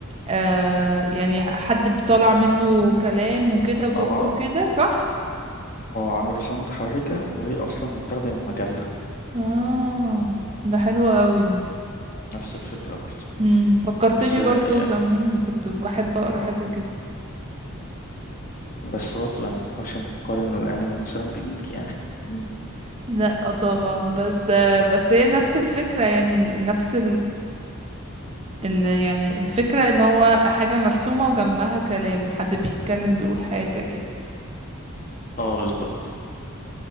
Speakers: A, on the right; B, on the left.
A: آه يعني حد بيطلع منه كلام وكده بقه
B: أه
A: وكده صح
B: أه عامل رسوم متحركة وهي أصلا متاخدة من مجلة
A: اه ده حلو قوي ده
B: نفس الفكرة برضو
A: امم فكرتني
B: بس
A: برضو
B: يعني
A: زمان كنت بحب اقرا حاجة كده
B: بس برضو يعني مينفعش نقارن الأنمي مثلا بميكي يعني <laughs>
A: لا طبعا بس آه، بس هي نفس الفكرة يعني نفس ال- يعني الفكرة ان هو حاجة مرسومة وجنبها كلام حد بيتكلم بيقول حاجة كده
B: اه بالظبط